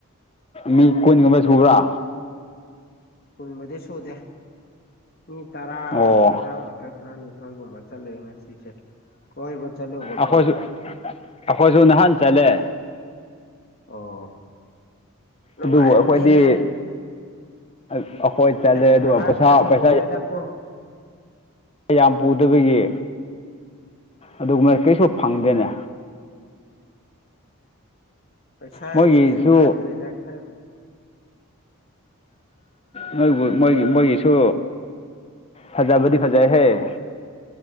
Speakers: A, on the left; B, on the left.
A: ꯃꯤ ꯀꯨꯟ ꯒꯨꯝꯕꯁꯨꯕ꯭ꯔꯥ
B: ꯀꯨꯜ ꯃꯔꯤꯁꯨꯗꯦ ꯃꯤ ꯇꯔꯥ ꯇꯔꯥ
A: ꯑꯣ
B: ꯇꯔꯥꯃꯥꯊꯣꯏ ꯇꯔꯥꯅꯤꯊꯣꯏꯒꯨꯝꯕ ꯆꯠꯂꯦ ꯉꯁꯤꯁꯦ ꯀꯣꯏꯕ ꯆꯠꯂꯨꯕꯀꯣ
A: ꯑꯩꯈꯣꯏꯁꯨ ꯑꯩꯈꯣꯏꯁꯨ ꯅꯍꯥꯟ ꯆꯜꯂꯦ
B: ꯑꯣ ꯅꯨꯡꯉꯥꯏꯕꯅꯤꯍꯦ
A: ꯑꯗꯨꯕꯨ ꯑꯩꯈꯣꯏꯗꯤ ꯑꯩꯈꯣꯏ ꯆꯠꯂꯦ
B: ꯖꯍꯥꯖ
A: ꯑꯗꯨꯒ ꯄꯩꯁꯥ
B: ꯀꯥ ꯇꯣꯡꯗꯅꯀꯣ
A: ꯄꯩꯁꯥ ꯌꯥꯝ ꯄꯨꯗꯕꯒꯤ ꯑꯗꯨꯒꯨꯝꯕ ꯀꯩꯁꯨ ꯐꯪꯗꯦꯅꯦ
B: ꯄꯩꯁꯥꯒꯗꯤ
A: ꯃꯣꯏꯒꯤꯁꯨ
B: ꯀꯩꯝ ꯈꯟꯗ꯭ꯔꯦꯗ ꯑꯩꯈꯣꯏ ꯕꯨꯗꯤ
A: ꯃꯣꯏꯕꯨ ꯃꯣꯏꯒꯤ ꯃꯣꯏꯒꯤꯁꯨ ꯐꯖꯕꯗꯤ ꯐꯖꯩꯍꯦ <inaudible>